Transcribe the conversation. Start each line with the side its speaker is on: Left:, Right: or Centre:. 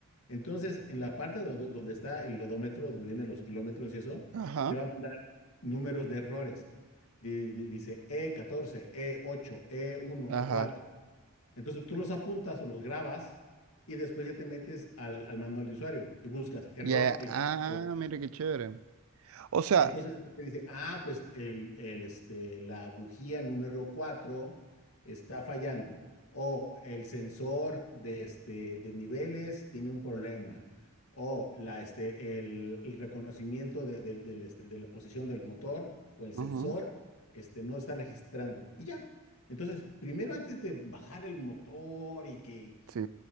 Left: Entonces, en la parte do- donde está el odómetro, donde vienen los kilómetros y eso,
Right: ajá,
Left: te va a mandar números de errores. Di- di- Dice e catorce e ocho e uno
Right: ajá.
Left: e cuatro entonces tú los apuntas o los grabas y después ya te metes al, al manual de usuario y buscas error
Right: Ya,
Left: E4.
Right: Ah, mira qué chévere. O sea...
Left: Entonces te dice, ah, pues el, el, este, la bujía número 4 está fallando o el sensor de, este, de niveles tiene un problema o la, este, el, el reconocimiento de, de, del, este, de la posición del motor o el sensor
Right: Ajá,
Left: este, no está registrando. Y ya, entonces, primero antes de bajar el motor y que
Right: sí.